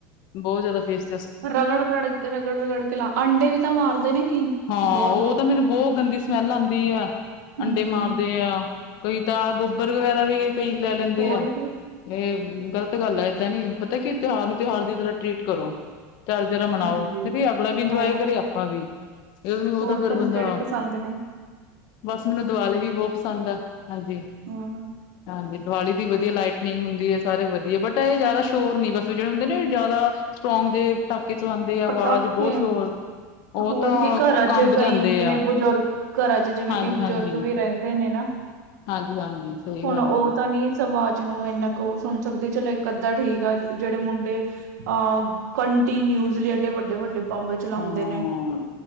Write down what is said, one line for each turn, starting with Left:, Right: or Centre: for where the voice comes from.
Left: ਬਹੁਤ ਜਾਦਾ ਫੇਸ
Right: ਰਗੜ ਰੜ, ਰਗੜ -ਰਗੜ ਕੇ ਲਾ, ਅੰਡੇ ਵੀ ਤਾਂ ਮਾਰਦੇ ਨੇ ਕੀ,
Left: ਹਾਂ
Right: ਬਹੁਤ
Left: ਉਹ ਤਾਂ ਮੈਨੂੰ ਬਹੁਤ ਗੰਦੀ ਸਮੈਲ ਆਂਉਦੀ ਆ,
Right: ਹੂੰ
Left: ਅੰਡੇ ਮਾਰਦੇ ਆ ਕਈ ਤਾਂ ਗੋਬਰ ਵਗੈਰਾ ਵੀ, ਕਈ ਲੈ ਲੈਂਦੇ
Right: ਹੋਰ
Left: ਆ
Right: ਕੀ
Left: ਇਹ ਗ਼ਲਤ ਗੱਲ ਹੈ ਐਦਾਂ ਨੀ, ਪਤਾ ਕੀ ਤਿਉਹਾਰ ਨੂੰ ਤਿਉਹਾਰ ਦੀ ਤਰ੍ਹਾਂ ਟਰੀਟ ਕਰੋ। ਚਾਰ ਜਾਰਰਾ ਮਨਾਓ,
Right: ਹਾਂਜੀ
Left: ਤੇ ਅਗਲਾ ਵੀ ਇੰਜੋਏ
Right: ਹੋਰ
Left: ਕਰੇ ਆਪ ਆਪਾਂ ਵੀ, ਇਹ ਨੀ ਉਹ
Right: ਹੋਰ
Left: ਤਾਂ ਫਿਰ
Right: ਤੁਹਾਨੂੰ
Left: ਬੰਦਾ
Right: ਕਿਹੜੇ ਪਸੰਦ ਨੇ
Left: ਬਸ ਮੈਨੂੰ ਦੀਵਾਲੀ ਵੀ ਬਹੁਤ ਪਸੰਦ ਐ, ਹਾਂਜੀ
Right: ਆਂ
Left: ਹਾਂਜੀ ਦੀਵਾਲੀ ਦੀ ਵਧੀਆ ਲਾਈਟਨਿੰਗ ਹੁੰਦੀ ਐ, ਸਾਰੇ ਵਧੀਆ, ਬਟ ਐਹ ਜ਼ਿਆਦਾ ਸ਼ੋਰ ਨੀ ਬਸ ਜਿਹੜੇ ਹੁੰਦੇ ਨੇ ਜ਼ਿਆਦਾ ਸਟਰੋਂਗ ਜੇ ਪਟਾਕੇ ਚਲਾਉਂਦੇ ਆ, ਆਵਾਜ਼
Right: ਪਟਾਕੇ
Left: ਬਹੁਤ ਸ਼ੋਰ ਉਹ
Right: ਹੋਰ
Left: ਤਾਂ
Right: ਕੀ ਘਰਾਂ
Left: ਕੰਬ
Right: ਚ ਕਈ
Left: ਜਾਂਦੇ
Right: ਜਿਵੇਂ
Left: ਆ
Right: ਬਜ਼ੁਰਗ, ਘਰਾਂ ਚ ਜਿਵੇਂ
Left: ਹਾਂਜੀ
Right: ਕਈ ਬਜ਼ੁਰਗ
Left: ਹਾਂਜੀ
Right: ਵੀ ਰਹਿੰ ਰਹਿੰਦੇ ਨੇ ਨਾ,
Left: ਹਾਂਜੀ ਹਾਂਜੀ ਸਹੀ
Right: ਹੁਣ
Left: ਗੱਲ
Right: ਉਹ
Left: ਆ
Right: ਤਾਂ ਨੀ ਆਵਾਜ਼ ਨੂੰ ਇੰਨਾ ਕੁ ਉਹ ਸੁਣ ਸਕਦੀ, ਚਲੋ ਇੱਕ ਅੱਧਾ ਠੀਕ ਆ ਜਿਹੜੇ ਮੁੰਡੇ ਅ ਕੰਟੀਨਿਊਸਲੀ ਐਡੇ ਵੱਡੇ- ਵੱਡੇ ਬੰਬ ਚਲਾਉਂਦੇ
Left: ਹਾਂ
Right: ਨੇ।